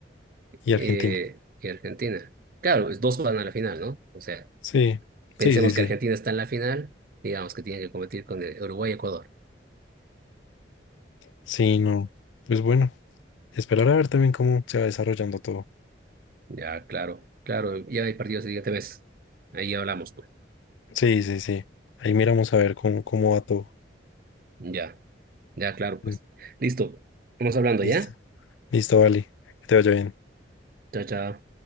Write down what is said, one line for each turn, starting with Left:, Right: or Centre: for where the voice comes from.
Left: y
Right: eh,
Left: Argentina.
Right: y Argentina. Claro, pues, dos van a la final, ¿no? O sea,
Left: Sí,
Right: Pensemos
Left: sí, sí, sí.
Right: que Argentina está en la final, digamos que tiene que competir con eh, Uruguay y Ecuador.
Left: Sí, no. Pues bueno, esperar a ver también cómo se va desarrollando todo.
Right: Ya, claro, claro, ya hay partidos el siguiente mes. Ahí hablamos, pues.
Left: Sí, sí, sí. Ahí miramos a ver cómo, cómo va todo.
Right: Ya, ya, claro, pues.
Left: Mm,
Right: Listo, vamos hablando,
Left: Listo.
Right: ¿ya?
Left: Listo, vale. Que te vaya bien.
Right: Chao, chao.